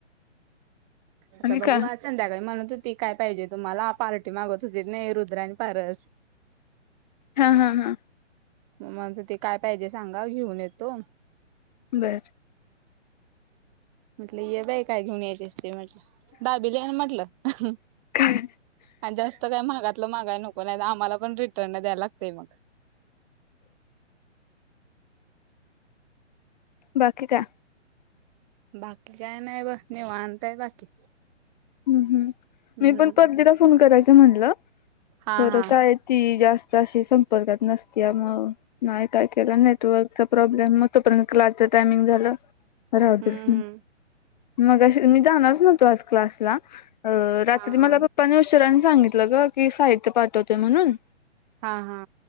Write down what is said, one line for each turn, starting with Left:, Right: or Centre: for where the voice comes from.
Right: आता
Left: आणि
Right: बघू,
Left: का
Right: आज संध्याकाळी म्हणत ती, काय पाहिजे तुम्हाला, पार्टी मागत होतीेत, नई रुद्रा आणि पारस
Left: हा, हा, हा
Right: म माचं, ते काय पाहिजे सांगा, घेऊन येतो
Left: बरं
Right: म्हटलं, ये बाई, काय घेऊन यायचेस ते म्हटलं. दाबीली आणि म्हटलं
Left: काय
Right: आणि जास्त काय महागातलं मागाय नको पूण्यांदा आम्हाला पण रिटर्न न द्यायला लागतय मग
Left: बाकी का
Right: बाकी, काय नाय बघ, निवांत आहे बाकी.
Left: हुंम, हुंम,
Right: हम्म
Left: मी पण परतीला फोन करायचा म्हणलं
Right: हा
Left: खरं
Right: हा
Left: काय? ती जास्त अशी संपर्कात नसतीया म्हणून नाही काय केलं, नेटवर्कचा प्रॉब्लेम, मग तोपर्यंत क्लासच टायमिंग झालं. राहू
Right: हम्म
Left: दे <unintelligible>
Right: हम्म
Left: मगाशी मी जाणारच नव्हतो आज क्लासला अ रात्री
Right: हा हा
Left: मला पप्पान उशीरान सांगितलं ग, की साहित्य पाठवतोय म्हणून
Right: हा, हा